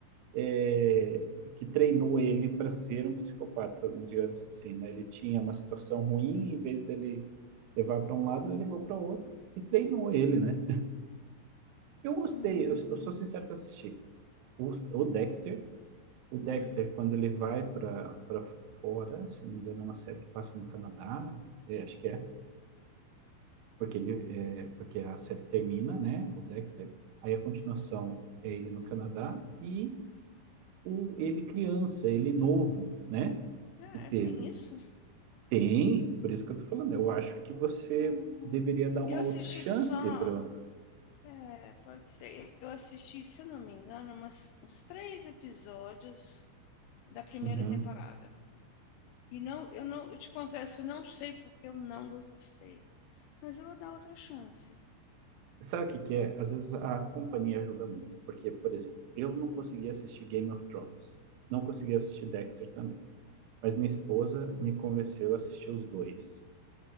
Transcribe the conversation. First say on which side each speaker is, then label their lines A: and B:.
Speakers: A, on the right; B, on the left.
A: é, que treinou ele para ser um psicopata, digamos assim, né? Ele tinha uma situação ruim, em vez dele levar para um lado, ele levou para o outro e treinou ele, né? Eu gostei,
B: Hum,
A: eu, eu sou sincero que eu assisti. O, o Dexter, o Dexter,
B: hum.
A: quando ele vai para para fora, se eu não me engano, é uma série que passa no Canadá, é, acho que é. porque ele é, porque a série termina, né, o Dexter, aí a continuação é ele no Canadá e o ele criança, ele novo, né,
B: Ah,
A: que teve.
B: tem isso?
A: Tem, por isso que eu tô falando, eu acho que você
B: Hum.
A: deveria dar uma
B: Eu assisti
A: outra chance
B: só.
A: para
B: É, pode ser. Eu assisti, se eu não me engano, umas- uns três episódios da primeira
A: Uhum.
B: temporada. E não, eu não, eu te confesso, eu não sei porque eu não gostei. Mas eu vou dar outra chance.
A: Sabe o que que é? Às vezes a companhia ajuda muito, porque, por exemplo, eu não conseguia assistir Game of Thrones, não conseguia assistir Dexter também, mas minha esposa me convenceu a assistir os dois.